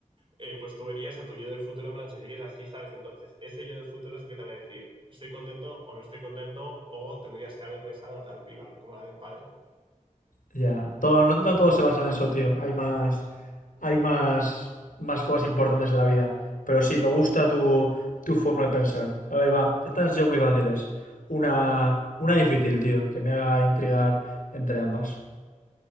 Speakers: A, on the right (about 40°); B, on the left (about 90°).
A: eh, pues tú verías a tu yo del futuro, en plan, si sigues así, ¿sabes? Entonces, ese yo del futuro es el que te va a decir, estoy contento o no estoy contento, o tendrías que haber besado a tal piba, como la del pádel.
B: Ya, todo, no, no todo se basa en eso, tío. Hay más, hay más, más cosas importantes en la vida. Pero sí, me gusta tu, tu forma de pensar. A ver, va, estas son muy fáciles. Una, una difícil, tío, que me haga intrigar entre ambas.